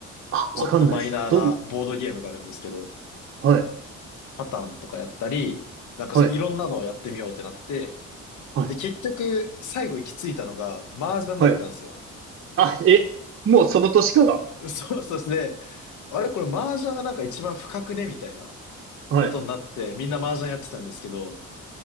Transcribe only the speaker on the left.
ちょっとマイナーなボードゲームがあるんですけど、
パタンとかやったり、なんかそういろんなのをやってみようってなって、
で、結局、最後行き着いたのが、麻雀だったんですよ。
<laughs> そうそうですね、あれこれ麻雀がなんか一番深くねみたいな
ことになって、みんな麻雀やってたんですけど、